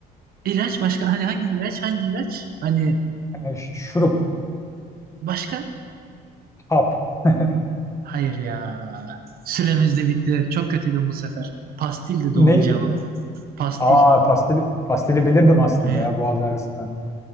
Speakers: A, on the right; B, on the left.
A: İlaç başka? Hani hangi ilaç? Hangi ilaç? Hani
B: E, şurup,
A: başka?
B: hap. <laughs>
A: Hayır ya. Süremiz de bitti. Çok kötüydüm bu sefer. Pastil de doğru
B: Neydi?
A: cevap. Pastil.
B: Aa pastili, pastili bilirdim aslında
A: He.
B: ya boğaz ağrısından.